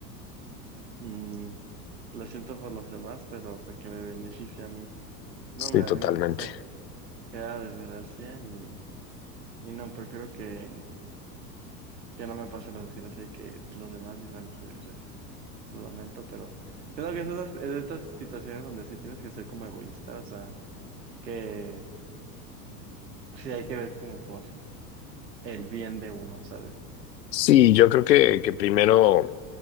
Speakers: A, on the right; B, on the left.
A: Mm, lo siento por los demás, pero porque me beneficia a mí. No,
B: Sí,
A: hombre, a
B: totalmente.
A: mí me pasa cada desgracia y, y no, prefiero que, que no me pase la desgracia y que los demás vivan esa desgracia. Lo lamento, pero siento que es esas, es de estas situaciones donde sí tienes que ser como egoísta, o sea, que sí hay que ver como por el bien de uno, ¿sabes?
B: Sí, yo creo que, que primero